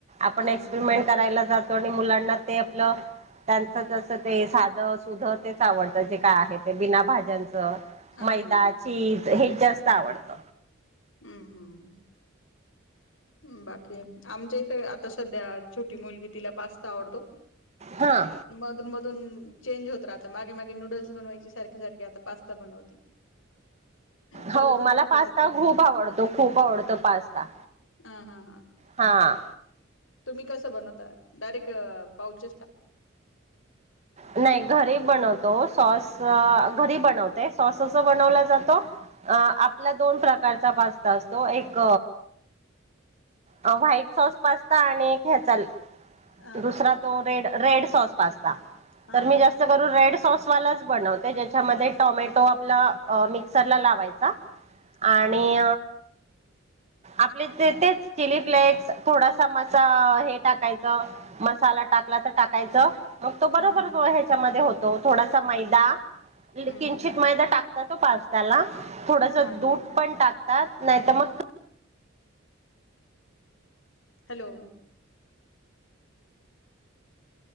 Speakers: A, on the right; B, on the left.
A: आपण
B: हा
A: एक्सपेरिमेंट
B: हा
A: करायला जातो आणि मुलांना ते आपलं त्यांच जस ते साध सुध तेच आवडतं जे काय आहे ते बिना भाज्यांच
B: हा
A: मैदा
B: हा
A: चीज हे जास्त आवडत
B: हम्म हम्म बाकी आमच्या इथ आता सध्या छोटी मुलगी तिला पाचता आवडतो
A: हा
B: मधून मधून चेंज होत रा आता मागे मागे नूडल्स बनवायची सारखी सारखी आता पास्ता बनवती चालूच
A: हो
B: असतं
A: मला
B: तिचं
A: पास्ता
B: काय
A: खूप आवडतो खूप आवडतो पास्ता
B: ह हा हा
A: हा
B: तुम्ही कस बनवता डायरेक्ट पावच
A: नाही घरी बनवतो सॉस घरी बनवतो ते सॉस अस बनवला जातो अ आपला दोन प्रकारचा पास्ता असतो एक व्हाईट सॉस पास्ता आणि एक ह्या चाल
B: हा
A: दुसरा
B: हा
A: तो रेड रेड सॉस पास्ता
B: हा
A: तर मी
B: हा
A: जास्त कर रेड सॉसवालाच बनवते ज्याच्यामध्ये टोमॅटो आपला मिक्सर ला लावायचा
B: हा
A: आणि
B: हा
A: आपले तेच चिली फ्लेक्स थोडासा मसा हे टाकायचं मसाला टाकला तर टाकायचं मग तो बरोबर
B: हा हा
A: ह्याच्यामध्ये होतो थोडासा मैदा
B: हम्म
A: किंचित
B: हम्म
A: मैदा टाकतो स्ता्याला थोडस
B: हा हा
A: दूध
B: हा
A: पण टाकतात नाहीत मग
B: हॅलो